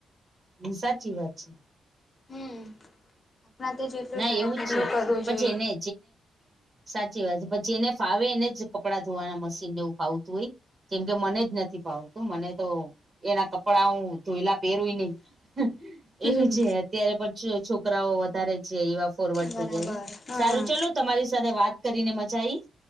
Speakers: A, on the right (about 40°); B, on the left (about 30°).
A: હમ્મ. સાચી વાત છે.
B: હમ્મ. પણ આ તો જેટલું
A: ના
B: થાય
A: એવું
B: એટલું
A: જ છે
B: <inaudible> કરવું
A: પણ
B: જોઈએ.
A: જેને સાચી વાત છે પછી જેને ફાવે એને જ કપડાં ધોવાના મશીન ને એવું ફાવતું હોય. કેમ કે મને જ નથી ફાવતું. મને તો એના કપડા હું ધોયેલા પહેરું નહીં. એવું
B: હમ
A: છે. અત્યારે પછ છોકરાઓ વધારે છે, એવા ફોરવર્ડ
B: બરાબર
A: થઈ ગયા છે. સારું
B: હા
A: ચલો તમારી સાથે વાત કરીને મજા આવી.